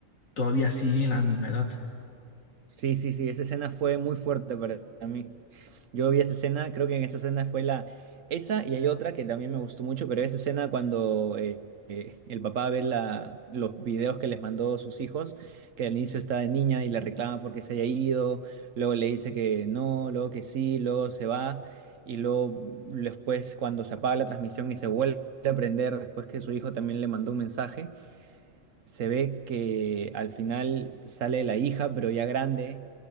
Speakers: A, on the left; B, on the right.
A: todavía sigue en la misma edad.
B: Sí, sí, sí, esa escena fue muy fuerte para mí. Yo vi esa escena, creo que en esa escena fue la... Esa y hay otra que también me gustó mucho, pero esa escena cuando eh, eh, el papá ve la, los videos que les mandó sus hijos, que al inicio está de niña y la reclama porque se haya ido, luego le dice que no, luego que sí, luego se va, y luego después cuando se apaga la transmisión y se vuelve a prender, después que su hijo también le mandó un mensaje se ve que al final sale la hija, pero ya grande,